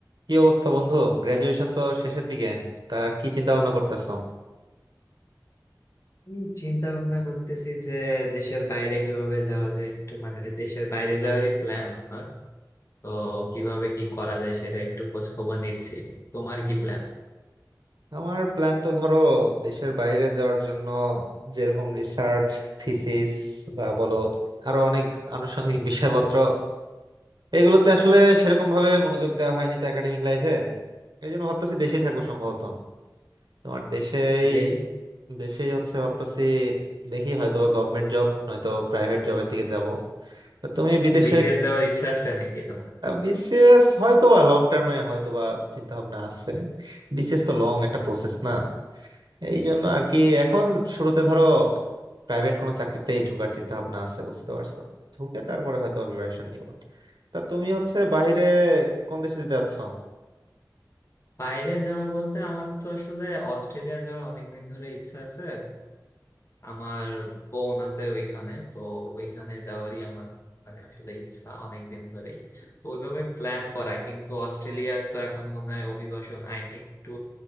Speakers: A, on the right (about 80°); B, on the left (about 40°).
A: কি অবস্থা বন্ধু গ্রাজুয়েশন তো শেষের দিকে তা কি চিন্তা ভাবনা করতেছো
B: আমি চিন্তা ভাবনা করতেছি যে দেশের বাইরে কিভাবে যাওয়া যায় একটু মানে দেশের বাইরে যাওয়ারই প্ল্যান আমার তো কিভাবে কি করা যায় সেটা একটু খোঁজ খবর নিচ্ছি তোমার কি প্ল্যান
A: আমার প্ল্যান তো ধরো দেশের বাইরে যাওয়ার জন্য যেরকম রিসার্চ থিসিস বা বলো আরো অনেক আনুষঙ্গিক বিষয়পত্র এগুলোতে আসলে সেরকম ভাবে মনোযোগ দেওয়া হয়নি তো একাডেমিক লাইফে এই জন্য ভাবতেছি দেশেই থাকবো সম্ভবত তোমার দেশেই
B: দেখি
A: দেশেই হচ্ছে ভাবতেছি দেখি হয়তোবা গভর্নমেন্ট জব নয়তো প্রাইভেট জবের দিকে যাব তা তুমি বিদেশে
B: বিসিএস দেওয়ার ইচ্ছা আছে নাকি তোমার
A: বিসিএস হয়তো বা লং টার্মে হয়তো বা চিন্তা ভাবনা আছে বিসিএস তো লং একটা প্রসেস না এই জন্য আর কি এখন শুরুতে ধরো প্রাইভেট কোনো চাকরিতেই ঢোকার চিন্তা ভাবনা আছে বুঝতে পারছো ঢুকে তারপরে হয়তো প্রিপারেশন নিব তা তুমি হচ্ছে বাইরে কোন দেশে যেতে যাচ্ছ
B: বাইরে যাওয়া বলতে আমার তো আসলে অস্ট্রেলিয়া যাওয়া অনেকদিন ধরে ইচ্ছা আছে আমার বোন আছে ওইখানে তো ওইখানে যাওয়ারই আমার মানে আসলে ইচ্ছা অনেকদিন ধরেই তো ওইভাবে প্ল্যান করা কিন্তু অস্ট্রেলিয়া তো এখন মনে হয় অভিবাসন আইন একটু